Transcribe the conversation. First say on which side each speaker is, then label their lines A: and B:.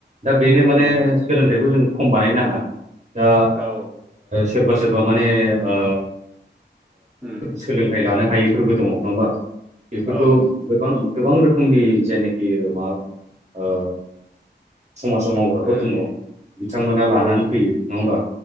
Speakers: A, on the right; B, in the centre.
A: दा बेनो माने
B: उम
A: सोलोंथाइखौ जों खम बानायनो नाङा दा
B: औ
A: सोरबा सोरबा माने ओ
B: उम
A: सोलोंथाइ लानो हायैफोरबो दङ नङा होमबा बेफोरखौ
B: औ
A: गोबां गोबां रोखोमनि जायनाखि मा ओ समाजाव मावग्राफोर
B: उम
A: दङ बिथांमोना लानानै
B: औ
A: फैयो नङा होमबा।